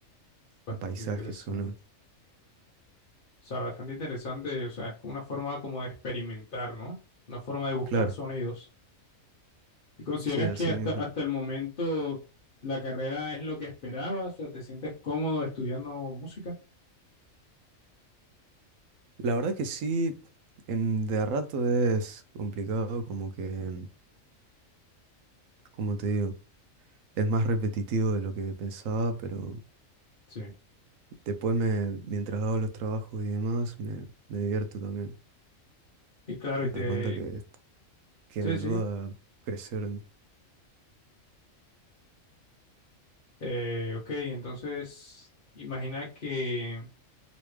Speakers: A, on the left; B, on the right.
A: bastante
B: un paisaje
A: interesante.
B: sonoro.
A: O sea, bastante interesante, o sea, es como una forma como de experimentar, ¿no? Una forma de buscar
B: Claro,
A: sonidos. ¿Y consideras
B: sí, así
A: que hasta,
B: mismo.
A: hasta el momento la carrera es lo que esperabas? O sea, ¿te sientes cómodo estudiando música?
B: La verdad que sí, en, de a rato es complicado, como que, como te digo, es más repetitivo de lo que pensaba, pero
A: Sí.
B: después me, mientras hago los trabajos y demás, me, me divierto también.
A: Y claro,
B: Me
A: y te...
B: doy cuenta que, que
A: Sí,
B: me ayuda
A: siga.
B: a crecer.
A: Eh, ok, entonces imagina que